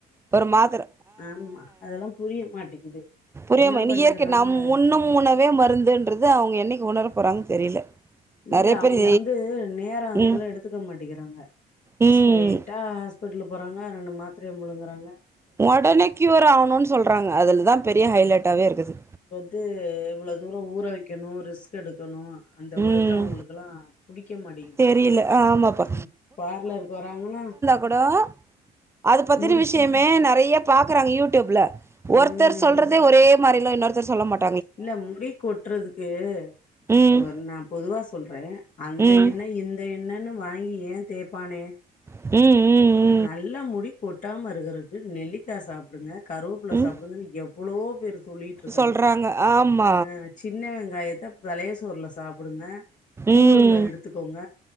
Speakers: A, on the right; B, on the left.
A: ஒரு மாத்தர
B: ஆம்மா அதெல்லா புரிய மாட்டேங்குது
A: புரியமா
B: என்ன
A: நீ
B: பண்ணிறாங்க
A: இயற்கை நாம் உண்ணும் உணவே மருந்துன்றது அவுங்க என்னைக்கு உணர போறாங்க தெரில
B: இல்ல
A: நெறைய
B: அவுங்க
A: பேர்
B: வந்து நேரோ அதுக்கெல்லா
A: ம்
B: எடுத்துக்க மாட்டேங்கிறாங்க
A: ம்
B: ஸ்ரைட்டா ஹாஸ் பிட்லுக்கு போறாங்க ரெண்டு மாத்ரய முழுங்கறாங்க
A: ஒடனே க்யூர் ஆகணும்னு சொல்றாங்க அதுல தா பெரிய ஹைலைட்டாவே இருக்குது
B: து இவ்ளோ தூரோ ஊற வைக்கணு ரிஸ்க் எடுக்கணு அந்த ஒரு
A: ம்
B: அவுங்களுக்கெல்லா புடிக்க மாட்டேங்குது
A: தெரியல ஆமாப்பா
B: ம் பார்லருக்கு வராங்கன்னா
A: குடோ அது பத்தின
B: முடி
A: விஷயம் மே நறைய பாக்குறாங்க யூடியூப்ல
B: ம்
A: ஒர்த்தர் சொல்றதே ஒரே மாரிலா இன்னொருத்தர் சொல்ல மாட்
B: இல்ல முடி கொட்றதுக்கு
A: ம்
B: இப்ப வன் நா பொதுவா சொல்றே அந்த
A: ம்
B: எண்ண இந்த எண்ணன்னு வாங்கி ஏ தேப்பானே
A: ம் ம் ம்
B: நல்லா முடி கொட்டாமருக்குறதுக்கு நெல்லிக்கா சாப்டுங்க கருவேப்புல
A: ம்
B: சாப்டுங்கன் எவ்ளோ பேர் சொல்லிட்ரு
A: சொல்றாங்க ஆமா
B: ஆ சின்ன வெங்காயத்த பழைய சோறுல சாப்டுங்க கூழுல
A: ம்
B: எடுத்துக்கோங்க